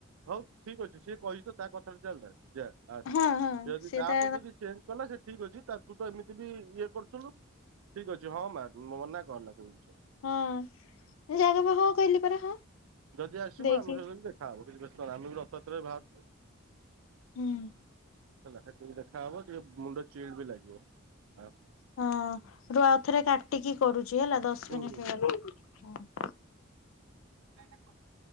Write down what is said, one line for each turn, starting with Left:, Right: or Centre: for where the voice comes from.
Right: ହଉ ଠିକ ଅଛି ସିଏ କହିଛି ତ ତା କଥାରେ ଚାଲେ ଯା ଆଚ୍ଛା
Left: ହଁ ହଁ
Right: ସେ ଯଦି ତାପରେ
Left: ତା
Right: ଯଦି ଚେଞ୍ଜ କଲା ସେ ଠିକ୍ ଅଛି ତାକୁ ତ ଏମିତି ବି ଇଏ କରୁଥୁଲୁ ଠିକ୍ ଅଛି ହଁ ମାର ମନା କରନା କୋଉ ଜିନସରେ
Left: ହଁ ଏ ଜାଗ ବା <inaudible> କହିଲି ପରା ହଁ
Right: ଯଦି ଆସିବୁ
Left: ଦେଖି
Right: ଆମ ସହିତ ବି ଦେଖା ହବ କିଛି ବ୍ୟସ୍ତ ନାଇ ଆମେ ବି ରଥଯାତ୍ରରେ ବାହାରୁଛୁ
Left: ହୁଁ।
Right: ହେଲା ହେଠିବି ଦେଖାହବ ଟିକେ ମୁଣ୍ଡ ଚିଲ୍ଡ ବି ଲାଗିବ ଆଉ
Left: ହଁ ରୁଅ ଆଉଥରେ କାଟିକି କରୁଛି ହେଲା ଦଶ
Right: ହୁଁ
Left: ମିନିଟ
Right: ହୁଁ।
Left: ହେଇଗଲା ହଁ
Right: ସେ <unintelligible>